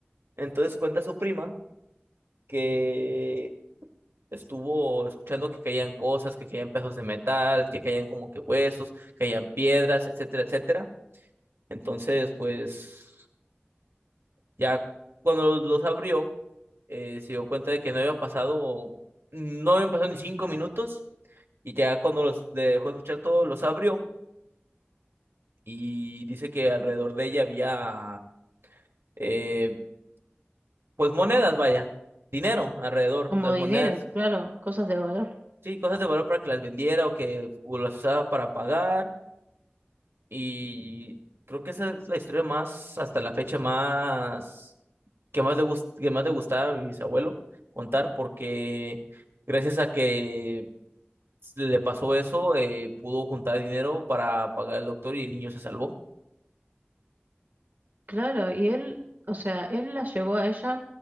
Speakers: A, on the right; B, on the right.
A: Entonces cuenta su prima que estuvo escuchando que caían cosas, que caían pedazos de metal, que caían como que huesos, caían piedras, etcétera, etcétera. Entonces, pues ya cuando los, los abrió, eh, se dio cuenta de que no había pasado, no habían pasado ni cinco minutos Y ya cuando los dejó de escuchar todo, los abrió y dice que alrededor de ella había, eh, pues monedas, vaya, dinero alrededor,
B: como
A: las
B: dinero,
A: monedas,
B: claro, cosas de valor.
A: sí, cosas de valor para que las vendiera o que o las usaba para pagar. Y creo que esa es la historia más, hasta la fecha más, que más le gust- que más le gustaba a mi bisabuelo contar, porque gracias a que le pasó eso, eh, pudo juntar dinero para pagar al doctor y el niño se salvó.
B: Claro, y él, o sea, él la llevó a ella